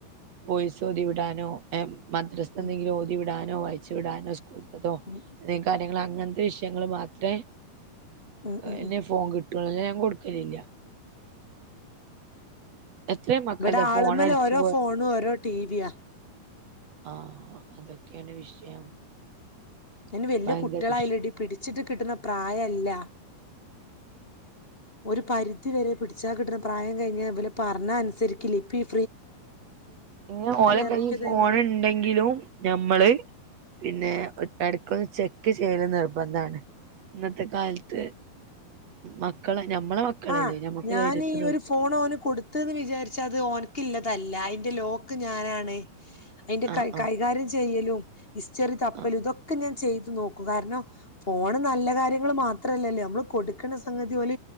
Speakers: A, on the right; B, on the left.
A: പോയ്സോതിവിടാനോ മദ്രസ
B: ഉം
A: എന്തങ്കിലും ഓതി വിടാൻ വായിച്ച് വിടാനോ സ്കൂ തോ
B: ഉം
A: അ കാര്യങ്ങളാ അങ്ങനത്തെ വിഷയങ്ങൾ മാത്രേ
B: ഉം ഉം
A: എന്നെ
B: ഉം
A: ഫോൺ കിട്ട കുട്ടികളല്ലാം ഞാൻ കൊടുക്കലില്ല <unintelligible> മക്കളുടെ
B: ഇവിടെ
A: ഫോൺ
B: ആള്മ്മല്
A: അടിച്ചു
B: ഓരോ ഫോണും ഓരോ ടീവിയാ
A: ആ അതൊക്കെയാണ് വിഷയം
B: ന് വല്യ
A: ഭയങ്കര
B: കുട്ടികളായില്ലെടി
A: വിഷയം
B: പിടിച്ചിട്ട് കിട്ടുന്ന പ്രായല്ല ഒരു പരിധിവരെ പിടിച്ചാൽ കിട്ടണ പ്രായം കഴിഞ്ഞാൽ ഇല് പറഞ്ഞ അനുസരിക്കില്ല ഇപ്പയി
A: ഇങ്ങനെ ഓലെ
B: ഇറക്കിയത്
A: കൈ ഫോണ്
B: എങ്ങനെ
A: ഇണ്ടെങ്കിലും ഞമ്മള് പിന്നെ വീട്ടാർക്കൊന്ന് ചെക്ക് ചെയ്യല് നിർബന്ധാണ് ഇന്നത്തെ കാലത്ത് മക്കളെ ഞമ്മളെ മക്കളല്ലേ
B: ആ
A: ഞമ്മക്ക്
B: ഞാനീ
A: ധൈര്യത്തി നോക്കി
B: ഒരു ഫോൺ ഓന് കൊടുത്ത്ന്ന് വിചാരിച്ചത് ഓൻ ക്ക്ള്ളതല്ല അയ്ന്റെ ലോക്ക് ഞാനാണ് അയ്ന്റെ
A: ആഹ്
B: കൈ
A: ആഹ്
B: കൈകാര്യം ചെയ്യലും ഹിസ്റ്ററി തപ്പലും
A: ആഹ്
B: ഇതൊക്കെ ഞാൻ ചെയ്തു നോക്കും കാരണം ഫോണ് നല്ല കാര്യങ്ങൾ മാത്രല്ലല്ലോ നമ്മള് കൊടുക്കണ സംഗതി ഓൽ